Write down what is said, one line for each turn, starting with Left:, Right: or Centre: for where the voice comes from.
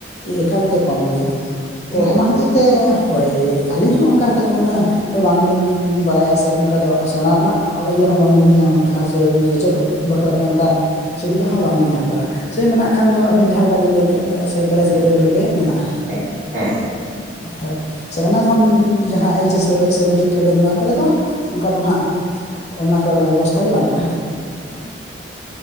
Left: ᱮᱠᱟᱞᱛᱮ ᱠᱚᱢ ᱜᱮᱭᱟ ᱾ ᱛᱚ
Right: ᱵᱩᱡᱷᱟᱹᱣ
Left: ᱚᱱᱟ ᱦᱚᱛᱮᱡ ᱛᱮ ᱦᱳᱭ ᱟᱹᱞᱤᱧ ᱦᱚᱸ ᱚᱱᱠᱟ ᱦᱚᱛᱮᱡ ᱛᱮ ᱩᱱᱟᱹᱜ ᱫᱚ ᱵᱟᱝᱞᱤᱧ ᱵᱟᱲᱟᱭᱟ ᱥᱮ, ᱚᱱᱠᱟ ᱫᱚ ᱥᱮᱬᱟ ᱨᱮᱱᱟᱜ ᱤᱭᱟᱹ ᱦᱚᱸ ᱵᱟᱝᱞᱤᱧ ᱧᱟᱢ ᱠᱟᱜᱼᱟ ᱥᱮ, ᱥᱮᱪᱮᱫᱚᱜ ᱵᱟᱠᱷᱨᱟᱛᱮ ᱚᱱᱠᱟᱱ ᱥᱩᱵᱤᱫᱟ ᱦᱚᱸ ᱵᱟᱝᱞᱤᱧ ᱧᱟᱢ ᱟᱠᱟᱫᱟ ᱾ ᱥᱮ ᱢᱮᱱᱟᱜ ᱠᱷᱟᱱ ᱫᱚ ᱟᱵᱮᱱ ᱡᱟᱦᱟᱸ ᱞᱮᱠᱟ ᱵᱤᱱ ᱞᱟᱹᱭ ᱠᱮᱫ ᱥᱮ ᱠᱚᱞᱮᱡᱽ
Right: ᱦᱮᱸ
Left: ᱞᱮᱵᱮᱞ ᱨᱮᱜᱮ ᱢᱮᱱᱟᱜᱼᱟ ᱾
Right: ᱦᱮᱸ ᱦᱮᱸ
Left: ᱦᱳᱭ, ᱥᱮ ᱚᱱᱟ ᱠᱷᱚᱱ ᱡᱟᱦᱟᱸ ᱟᱭᱤᱪᱟᱥ ᱞᱮᱵᱮᱞ ᱥᱮ ᱢᱮᱴᱨᱤᱠ ᱞᱮᱵᱮᱞ ᱱᱚᱣᱟ ᱠᱚᱨᱮ ᱫᱚ ᱚᱱᱠᱟ ᱫᱚ ᱱᱟᱦᱜ ᱚᱱᱟ ᱠᱚᱨᱮᱱᱟᱜ ᱵᱮᱵᱚᱥᱛᱷᱟ ᱜᱮ ᱵᱟᱹᱱᱩᱜᱼᱟ ᱾
Right: <unintelligible>